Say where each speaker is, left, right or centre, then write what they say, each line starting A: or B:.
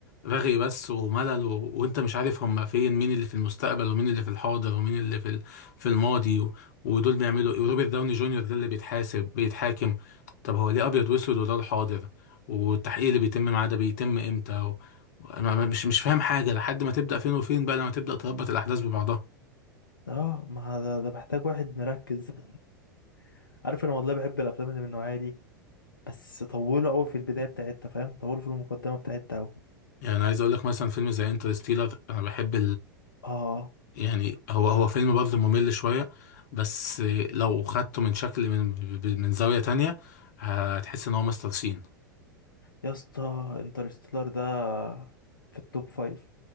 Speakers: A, on the left (about 55°); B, on the left (about 80°).
A: رغي بس وملل و... وانت مش عارف هم فين مين اللي في المستقبل ومين اللي في الحاضر ومين اللي في ال... في الماضي و... ودول بيعملوا ايه وروبرت داوني جونيور ده اللي بيتحاسب بيتحاكم طب هو ليه ابيض واسود وده الحاضر والتحقيق اللي بيتم معاه ده بيتم امتى و... أنا ما- مش مش فاهم حاجه لحد ما تبدا فين وفين بقى لما تبدا تربط الاحداث ببعضها
B: اه ما ده, ده محتاج واحد مركز <laughs> عارف انا والله بحب الافلام اللي من النوعيه دي بس طولوا قوي في البدايه بتاعتها فاهم طولوا في المقدمه بتاعتها قوي
A: يعني عايز اقول لك مثلا فيلم زي انترستيلر انا بحب
B: اه
A: يعني هو هو فيلم برضه ممل شوية بس لو خدته من شكل من من زاوية تانية هتحس ان هو مستر سين
B: يا اسطى انترستيلر ده في التوب فايف